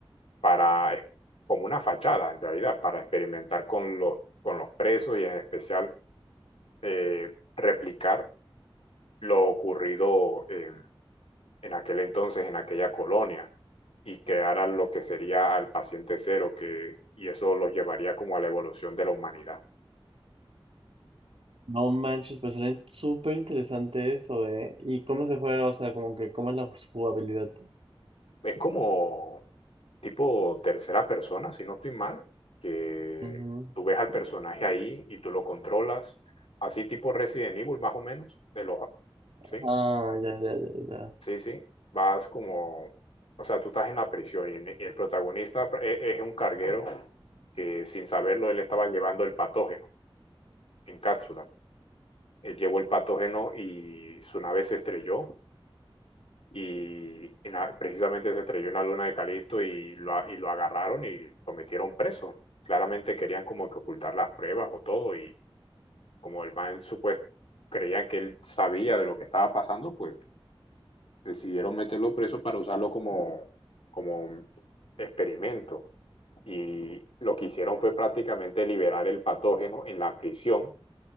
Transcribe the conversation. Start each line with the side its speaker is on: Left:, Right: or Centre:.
Left: para, eh, como una fachada en realidad, para experimentar con los, con los presos y en especial eh, replicar lo ocurrido en en aquel entonces, en aquella colonia, y crearan lo que sería al paciente cero, que, y eso los llevaría como a la evolución de la humanidad.
Right: No manches, pues suena súper interesante eso, ¿eh? ¿Y cómo se juega? O sea, como que, ¿cómo es la jugabilidad?
Left: Es como tipo tercera persona, si no estoy mal, que
Right: Ujú.
Left: tú ves al personaje ahí y tú lo controlas, así tipo Resident Evil más o menos, de los, sí,
Right: Ah, ya, ya, ya, ya.
Left: sí, sí, vas como, o sea, tú estás en la prisión y, y el protagonista es, es un carguero que sin saberlo él estaba llevando el patógeno en cápsulas. él llevó el patógeno y su nave se estrelló y, y na- precisamente se estrelló en la luna de Calisto y lo, a- y lo agarraron y lo metieron preso. Claramente querían como que ocultar las pruebas o todo y como el man supuesto creían que él sabía de lo que estaba pasando, pues decidieron meterlo preso para usarlo como, como experimento. Y lo que hicieron fue prácticamente liberar el patógeno en la prisión